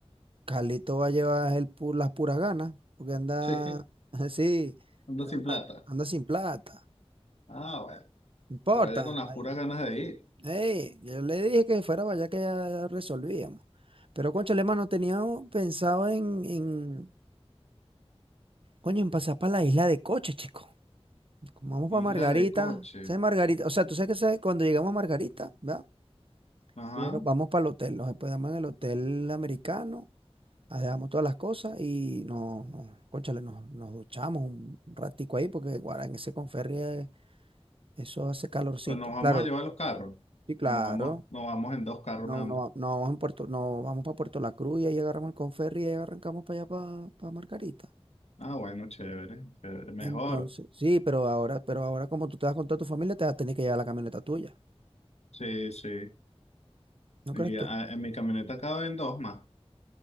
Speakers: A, on the right; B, on the left.
A: Calito va a llevar el pu- las puras ganas, porque anda,
B: Sí,
A: <laughs> sí,
B: anda sin plata.
A: anda, anda sin plata.
B: Ah, bueno,
A: No importa.
B: que vaya con las
A: ay,
B: puras ganas de ir.
A: ey, yo le dije que fuera para allá que ya, ya resolvíamos. Pero, cónchale, no teníamos pensado en, en, coño, en pasar para la isla de Coche, chico. Como Vamos
B: Isla
A: para Margarita.
B: de coche.
A: ¿Sabes Margarita? O sea, tú sabes que sabes, cuando llegamos a Margarita, ¿verdad?
B: Ajá.
A: Primero vamos para el hotel, nos hospedamos en el hotel americano. Dejamos todas las cosas y no no, cónchale, nos, nos duchamos un ratico ahí porque guarda, en ese Conferri eh, eso hace calorcito.
B: Pues nos vamos
A: Claro,
B: a llevar los carros.
A: sí, claro.
B: O nos vamos, nos vamos en dos carros
A: No,
B: nada
A: no,
B: más.
A: no vamos en Puerto, no vamos para Puerto La Cruz y ahí agarramos el Conferri y ahí arrancamos para allá para, para Margarita.
B: Ah, bueno, chévere, chévere. Mejor.
A: Entonces, sí, pero ahora, pero ahora como tú te vas con toda tu familia, te vas a tener que llevar la camioneta tuya.
B: Sí, sí.
A: ¿No
B: Y,
A: crees tú?
B: ah, En mi camioneta caben dos más.